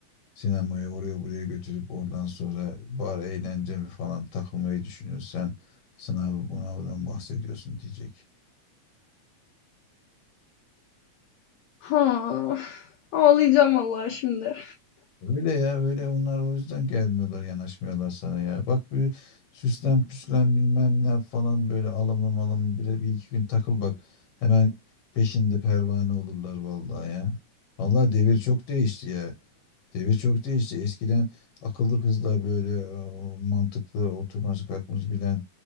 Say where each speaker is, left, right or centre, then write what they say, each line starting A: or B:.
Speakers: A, on the left; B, on the left.
A: sinemaya oraya buraya götürüp oradan sonra bar eğlence mi falan takılmayı düşünüyorsun. Sen sınav sınavdan bahsediyorsun diyecek.
B: Ha. Ağlayacağım vallahi şimdi.
A: Öyle ya öyle onlar o yüzden gelmiyorlar yanaşmıyorlar sana ya. Bak bir süslen püslen bilmem ne yap falan böyle alımlı malımlı bir, bir iki gün takıl bak. Hemen peşinde pervane olurlar vallahi ya. Vallahi devir çok değişti ya. Devir çok değişti. Eskiden akıllı kızlar böyle e, mantıklı oturması kalkması bilen